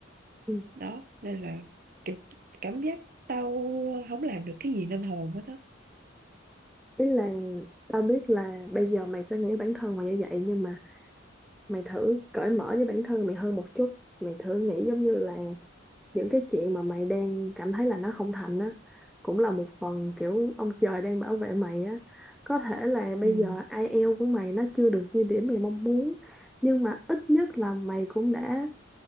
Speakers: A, in the centre; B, on the right (about 45°).
A: Ừ.
B: đó nên là kiểu cảm giác tao không làm được cái gì nên hồn hết á
A: ý là tao biết là bây giờ mày sẽ nghĩ bản thân mày như vậy nhưng mà mày thử cởi mở với bản thân mày hơn một chút mày thử nghĩ giống như là những cái chuyện mà mày đang cảm thấy là nó không thành á cũng là một phần kiểu ông trời đang bảo vệ mày á có thể là bây
B: ừ
A: giờ ai eo của mày nó chưa được như điểm mày mong muốn nhưng mà ít nhất là mày cũng đã